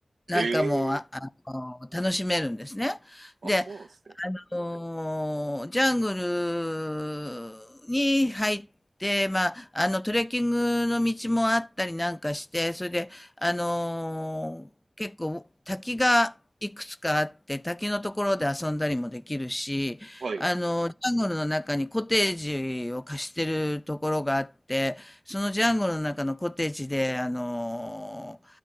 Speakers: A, on the left; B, on the right.
A: なんかも、
B: ええ
A: ああの、楽しめるんですね。
B: ーあ、
A: で、
B: そうなんですね。
A: あのージャングルに入って、まあ、あの、トレッキングの道もあったりなんかして、それで、あのー結構滝がいくつかあって、滝のところで遊んだりもできるし、
B: はい、
A: あの、ジャングルの中にコテージを貸してるところがあって、そのジャングルの中のコテージで、あの